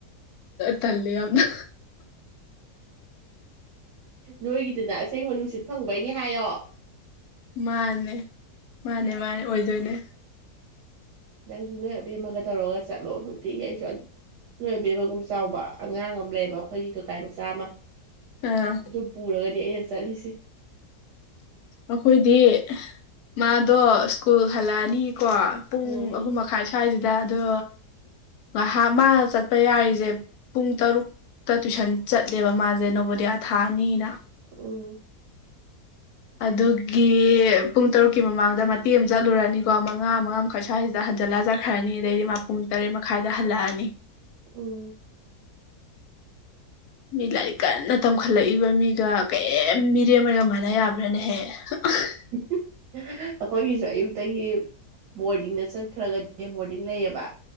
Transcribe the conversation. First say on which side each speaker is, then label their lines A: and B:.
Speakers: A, on the left; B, on the right.
A: ꯇꯜꯂꯤꯂꯤꯌꯥꯅ
B: ꯅꯣꯏꯒꯤꯗꯨꯅ ꯑꯁꯦꯡ ꯃꯅꯨꯡ ꯅꯨꯡꯁꯤꯠ ꯐꯪꯕꯩꯅꯦ ꯍꯥꯏꯌꯣ
A: ꯃꯥꯅꯦ ꯃꯥꯅꯦ ꯃꯥꯅꯦ ꯑꯣꯏꯗꯣꯏꯅꯦ
B: ꯅꯪꯁꯨ ꯅꯣꯏ ꯑꯕꯦꯝꯃꯒ ꯇꯧꯔꯒ ꯆꯠꯂꯣ ꯅꯨꯡꯇꯤꯒꯤ ꯑꯩꯁꯨ ꯅꯣꯏꯕꯤꯕꯒꯨꯝ ꯆꯥꯎꯕ ꯑꯉꯥꯡ ꯑꯃ ꯂꯩꯌꯦꯕ ꯑꯩꯈꯣꯏꯒꯤ ꯀꯀꯥ ꯃꯆꯥ ꯑꯃ
A: ꯑꯥ
B: ꯑꯗꯨ ꯄꯨꯔꯒꯗꯤ ꯑꯩꯅ ꯆꯠꯂꯤꯁꯦ
A: ꯑꯩꯈꯣꯏꯗꯤ ꯃꯥꯗꯣ ꯁ꯭ꯀꯨꯜ ꯍꯜꯂꯛꯑꯅꯤꯀꯣ ꯄꯨꯡ
B: ꯎꯝ
A: ꯑꯍꯨꯝ ꯃꯈꯥꯏ ꯁ꯭ꯋꯥꯏꯁꯤꯗ ꯑꯗꯣ ꯉꯥꯏꯍꯥꯛ ꯃꯥꯅ ꯆꯠꯄ ꯌꯥꯔꯤꯁꯦ ꯄꯨꯡ ꯇꯔꯨꯛ ꯇꯨꯏꯁꯟ ꯆꯠꯂꯦꯕ ꯃꯥꯁꯦ ꯅꯧꯕꯣꯗꯤꯌꯥ ꯊꯥꯅꯤꯅ
B: ꯎꯝ
A: ꯑꯗꯨꯒꯤ ꯄꯨꯡ ꯇꯔꯨꯛꯀꯤ ꯃꯃꯥꯡꯗ ꯃꯇꯦꯛ ꯑꯃ ꯆꯠꯂꯨꯔꯅꯤꯀꯣ ꯃꯉꯥ ꯃꯉꯥ ꯑꯩꯈꯣꯏ ꯁ꯭ꯋꯥꯁꯤꯗ ꯍꯟꯖꯤꯜꯂ ꯆꯠꯈ꯭ꯔꯅꯤ ꯑꯗꯩꯗꯤ ꯃꯄꯨꯡ ꯇꯔꯦꯠ ꯃꯈꯥꯏꯗ ꯍꯜꯂꯛꯑꯅꯤ
B: ꯎꯝ
A: ꯃꯤ ꯂꯥꯏꯔꯤꯛ ꯀꯟꯅ ꯇꯝꯈꯠꯂꯛꯏꯕ ꯃꯤꯒ ꯀꯔꯤꯝ ꯃꯤꯔꯦꯝꯃꯒ ꯃꯥꯟꯅ ꯌꯥꯕ꯭ꯔꯥꯅꯦꯍꯦ <unintelligible>
B: <unintelligible> ꯑꯩꯈꯣꯏꯒꯤꯁꯨꯦ ꯑꯌꯨꯛꯇꯒꯤ ꯕꯣꯔꯗꯤꯡꯗ ꯆꯠꯈ꯭ꯔꯒꯗꯤ ꯕꯣꯔꯗꯤꯡ ꯂꯩꯌꯦꯕ